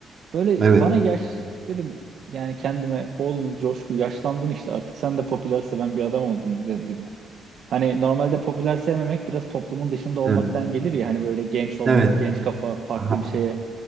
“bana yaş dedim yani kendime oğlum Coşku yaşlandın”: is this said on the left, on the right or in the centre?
Right